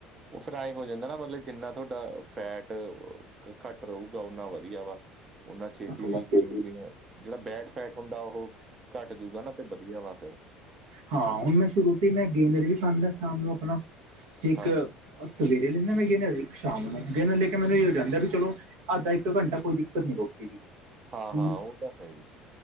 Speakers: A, on the right; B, on the right.
A: ਉਹ ਫਿਰ ਏਆ ਹੋ ਜਾਂਦਾ ਨਾ, ਮਤਲਬ ਜਿੰਨਾ ਤੁਹਾਡਾ ਫੈਟ ਘੱਟ ਰਹੇਗਾ ਓਨਾ ਵਧੀਆ ਵਾ, ਓਨਾਂ ਛੇਤੀ
B: ਵਗੈਰਾ
A: ਵੀ ਗੇਮ ਵੀ ਜਿਹੜਾ ਬੈਕ ਫੈਟ ਹੁੰਦਾ ਉਹ, ਘੱਟ ਜੂਗਾ ਨਾ ਤੇ ਵਧੀਆ ਵਾ ਫੇਰ
B: ਹਾਂ ਹੁਣ ਮੈਂ ਸ਼ੁਰੂ ਤੋਂ ਹੀ ਮੈਂ ਗੇਨਰ ਵੀ ਖਾਂਦਾ ਸ਼ਾਮ ਨੂੰ, ਆਪਣਾ ਸ ਇੱਕ
A: ਹਾਂਜੀ,
B: ਉਹ ਸਵੇਰੇ ਲੈਂਦਾ ਮੈਂ ਗੇਨਰ, ਸ਼ਾਮ ਨੂੰ ਗਹ ਨੂੰ, ਲੈ ਕੇ ਮੈਨੂੰ ਇਹ ਜਾਂਦਾ ਵੀ ਚਲੋ ਅੱਧਾ ਇੱਕ ਘੰਟਾ ਕੋਈ ਦਿੱਕਤ ਨੀ ਰੋਟੀ ਦੀ। <inaudible>
A: ਹਾਂ, ਹਾਂ ਉਹ ਤਾਂ ਹੈ ਹੀ।